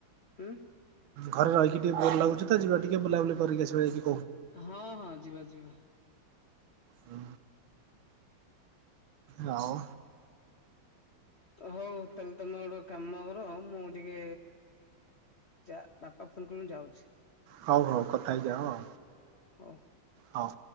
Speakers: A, on the left; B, on the right.
A: ହୁଁ।
B: ଘରେ ରହିକି ଟିକେ ବୋର ଲାଗୁଛି ତ ଯିବା ଟିକେ ବୁଲାବୁଲି କରିକି ଆସିବା ଏଇଠି।
A: ହଁ ହଁ ଯିବା ଯିବା।
B: ହ। ରାଉ
A: ହଉ ତାହାଲେ ତମେ ଗୋଟେ କାମ କର ମୁଁ ଟିକେ ଯା ବାପା ଫୋନ କଲେ ମୁଁ ଯାଉଛି।
B: ହଉ ହଉ କଥା ହେଇଯାଅ।
A: ହ।
B: ହଉ।